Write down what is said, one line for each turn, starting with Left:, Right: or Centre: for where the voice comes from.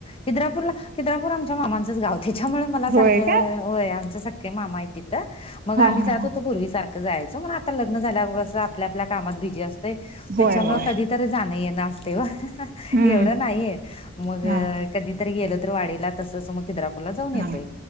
Left: खिद्रापूरला? खिद्रापूर आमच्या मामांचंच गाव. त्याच्यामुळे मला सारखं,
Right: होय का
Left: होय, आमचं सख्खे मामा आहे तिथं. मग
Right: हा
Left: आम्ही
Right: हा
Left: जात होतो पूर्वी सारखं जायचो, पण आता लग्न झाल्यावर कस आपल्या आपल्या कामात बिझी असतंय.
Right: होय
Left: त्याच्यामुळं
Right: होय
Left: कधी तर जाणं येणं असतय ओ
Right: हम्म
Left: एवढं नाहीये, मग
Right: हा
Left: कधीतरी गेलो तर वाडीला तसं मग खिद्रापूरला जाऊन येतोय.
Right: हा